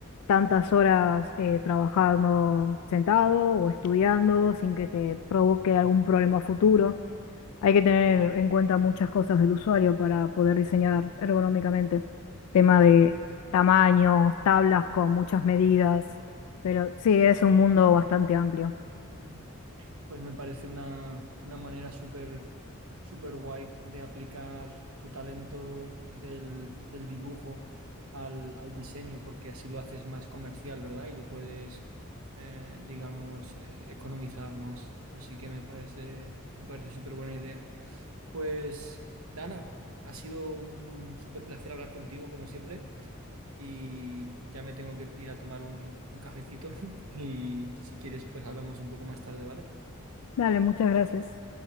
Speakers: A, on the left; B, on the right.
A: tantas horas eh, trabajando sentado o estudiando sin que te provoque algún problema futuro. Hay que tener en cuenta muchas cosas del usuario para poder diseñar
B: Mm,
A: ergonómicamente. Tema
B: mm,
A: de tamaños, tablas con muchas medidas, pero sí, es un mundo bastante amplio.
B: mm. Pues me parece una, una manera súper súper guay de aplicar tu talento del, del dibujo al, al diseño, porque así lo haces más comercial, ¿verdad? Y lo puedes, eh, digamos, eh, economizar más. Así que me parece, me parece súper buena idea. Pues, Dana, ha sido un súper placer hablar contigo, como siempre. y ya me tengo que ir a tomar un, un cafecito <laughs> y si quieres pues hablamos un poco más tarde, ¿vale?
A: Dale, muchas gracias.